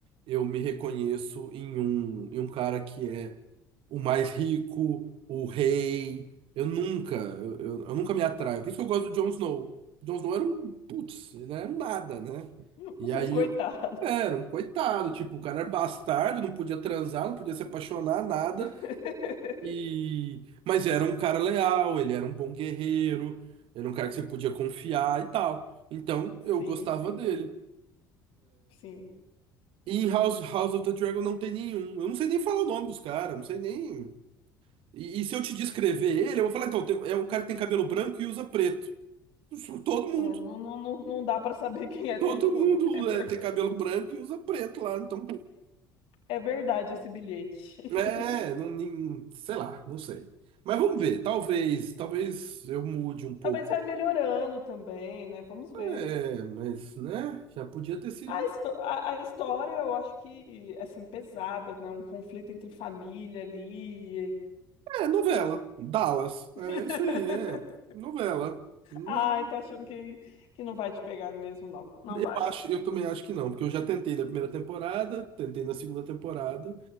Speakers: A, on the right; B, on the left.
A: eu me reconheço em um, em um cara que é o mais rico, o rei. Eu nunca, eu, eu, eu nunca me atraio. Por isso que eu gosto do Jon Snow. Jon Snow era um, putz, ele era um nada, né?
B: <laughs>
A: E
B: Um
A: aí,
B: coitado.
A: eu- era um coitado, tipo, o cara era bastardo, não podia transar, não podia se apaixonar, nada.
B: <laughs>
A: E... Mas era um cara leal, ele era um bom guerreiro, era um cara que você podia confiar e tal. Então,
B: Sim,
A: eu gostava
B: sim,
A: dele.
B: sim.
A: E House, House of the Dragon não tem nenhum. Eu não sei nem falar o nome dos caras, não sei nem. E, e se eu te descrever ele, eu vou falar, então, tem- é um cara que tem cabelo branco e usa preto. Isso, Todo mundo.
B: É, não, não, não não dá pra saber <laughs> quem é
A: Todo
B: todo mundo.
A: mundo
B: É, verdade.
A: é, tem cabelo branco e usa preto lá. Então, pô,
B: é, é verdade esse bilhete. <laughs>
A: é, não, nem- sei lá, não sei. Mas vamos ver, talvez, talvez eu mude um pouco.
B: Talvez vai melhorando também, né? Vamos ver.
A: É, mas, né, já podia ter sido.
B: A, histó- a, a história, eu acho que, assim, pesada, né? Um conflito entre família ali.
A: É, novela. Dallas.
B: <laughs>
A: É isso aí, é. Novela. Não-
B: Ai, tô achando que, que não vai te pegar mesmo, não. Não
A: Eu
B: vai.
A: acho, eu também acho que não, porque eu já tentei na primeira temporada, tentei na segunda temporada